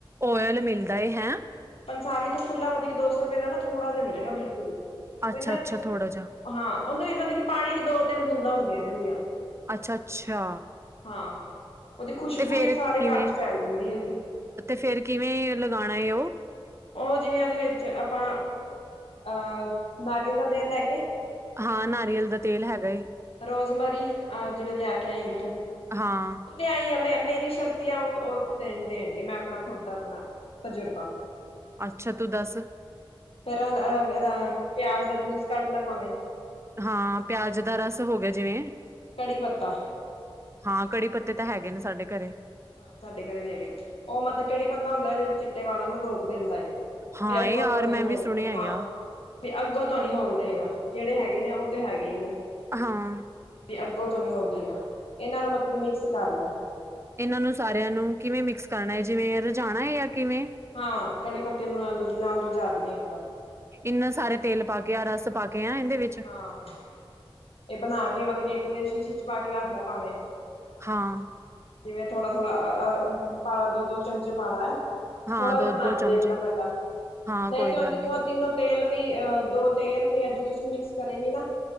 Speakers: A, on the right; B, on the left.
A: ਓਇਲ ਮਿਲਦਾ ਏ ਹੈਂ
B: ਪੰਸਾਰੀ ਤੋਂ ਖੁੱਲਾ ਮਤਲਬ ਕਿ ਦੋ ਸੌ ਰੁਪਏ ਦਾ ਨਾ ਥੋੜਾ ਜਿਹਾ ਮਿਲੇਗਾ ਬਿਲਕੁਲ ਹੀ ਉਹ
A: ਅੱਛਾ
B: ਇਨਾ
A: ਅੱਛਾ ਥੋੜਾ ਜਿਹਾ
B: ਹਾਂ ਉਹਦੇ ਮਤਲਬ ਕਿ ਪਾਣੀ ਵੀ ਦੋ ਤਿੰਨ ਬੂੰਦਾਂ ਹੁੰਦੀਆਂ ਨੇ ਹੁੰਦੀਆਂ
A: ਅੱਛਾ ਅੱਛਾ
B: ਹਾਂ ਉਹਦੀ ਖੁਸ਼ਬੂ
A: ਤੇ ਫੇਰ
B: ਹੀ ਆ ਸਾਰੇ
A: ਕਿਵੇਂ
B: ਘਰ ਚ ਫੈਲ ਜਾਦੀ ਉਹਦੀ
A: ਤੇ ਫੇਰ ਕਿਵੇਂ ਲਗਾਉਣਾ ਹੈ ਉਹ
B: ਉਹ ਜਿਵੇਂ ਉਹਦੇ ਵਿੱਚ ਆਪਾਂ ਅਹ ਨਾਰੀਅਲ ਦਾ ਤੇਲ ਲੈ ਕੇ
A: ਹਾਂ ਨਾਰੀਅਲ ਦਾ ਤੇਲ ਹੈਗਾ ਏ।
B: ਰੋਜ਼ਮਰੀ ਆ ਜਿਹੜੇ ਲਿਆ ਕੇ ਆਏਂਗੀ ਤੂੰ
A: ਹਾਂ
B: ਈ ਆ ਮੈਂ ਮੇਰੀ ਸ਼ਰਤੀ ਆ ਉਹ ਦੇਣ ਦੇਣ ਡ ਆ ਮੈਂ ਆਪਣਾ ਖੁੱਦ ਆਪਣਾ ਤਜੁਰਬਾ
A: ਅੱਛਾ ਤੂੰ ਦੱਸ
B: ਫੇਿਰ ਇਹਦਾ ਪਿਆਜ ਦਾ ਜੂਸ ਕੱਢ ਲ ਪਾਾਵੇਂ
A: ਹਾਂ ਪਿਆਜ ਦਾ ਰਸ ਹੋ ਗਿਆ ਜਿਵੇਂ
B: ਕੜੀ ਪੱਤਾ
A: ਹਾਂ ਕੜੀ ਪੱਤੇ ਤਾਂ ਹੈਗੇ ਨੇ ਸਾਡੇ ਘਰੇ
B: ਹਾਂ ਸਾਡੇ ਘਰੇ ਵੀ ਹੈਗੇ ਉਹ ਮਤਲਬ ਕਿੜੀ ਪਤਾ ਹੁੰਦਾ ਜਿਹੜੇ ਚਿੱਟੇ ਵਾਲਾ ਨੂੰ ਰੋਕ ਦਿੰਦਾ ਹੈ
A: ਹਾਂ
B: ਵੀ ਅੱਗੋਂ
A: ਇਹ ਯਾਰ
B: ਤੋਂ ਹੀ
A: ਮੈਂ
B: ਹੋਣ
A: ਵੀ ਸੁਣਿਆ
B: ਹਾਂ
A: ਯਾਰ
B: ਵੀ ਅੱਗਾਂ ਤੋਂ ਨੀ ਹੋਣ ਦੇਗਾ ਜਿਹੜੇ ਹੈਗੇ ਨੇ ਉਹ ਤੇ ਹੈਗੇ ਹੀ ਨੇ
A: ਹਾਂ
B: ਵੀ ਅੱਗੋਂ ਤੋਂ ਨੀ ਆਲਦੇਗਾ ਇਹਨਾਂ ਨੂੰ ਮਤਲਬ ਕਿ ਮਿਕਸ ਕਰ ਲੈ
A: ਇਹਨਾਂ ਨੂੰ ਸਾਰਿਆਂ ਨੂੰ ਕਿਵੇਂ ਮਿਕਸ ਕਰਨਾ ਹੈ ਜਿਵੇਂ ਰਝਾਣਾ ਹੈ ਜਾਂ ਕਿਵੇਂ
B: ਹਾਂ ਕੜੀ ਪੱਤੇ ਨੂੰ ਨਾਲ ਨਾਲ ਰਜਾ ਦੀ ਹ ਇੱਕ ਵਾਰ
A: ਇੰਨਾ ਸਾਰੇ ਤੇਲ ਪਾ ਕੇ ਆ ਰਸ ਪਾ ਕੇ ਆ ਇਹਦੇ ਵਿੱਚ
B: ਹਾਂ ਇਹ ਬਣਾ ਕੇ ਮਤਲਬ ਕੀ ਇੱਕ ਤੇ ਸ਼ੀਸ਼ੀ ਚ ਪਾ ਕੇ ਰੱਖਲਾ ਭਾਵੇਂ।
A: ਹਾਂ।
B: ਜਿਵੇਂ ਥੋੜਾ ਥੋੜਾ ਅਹ ਪਾਲਾ ਦੋ ਦੋ ਚਮਚੇ ਪਾਲਾ।
A: ਹਾਂ
B: ਥੋੜਾ ਜਿਹਾ
A: ਦੋ
B: ਬਣਾ
A: ਦੋ
B: ਕੇ
A: ਚਮਚੇ
B: ਦੇਖਣਾ ਪੈਂਦਾ ਲੈ <unintelligible> ਪਹਿਲਾਂ
A: ਹਾਂ ਕੋਈ
B: ਦੇਖ ਕੇ ਹੁ
A: ਗੱਲ
B: ਜ ਤੂੰ
A: ਨੀ
B: ਤਿੰਨੋ ਤੇਲ ਵੀ ਅਹ ਦੋ ਤੇਲ ਤੇ ਜੂਸ ਵੀ ਮਿਕਸ ਕਰੇਗੀ ਨਾ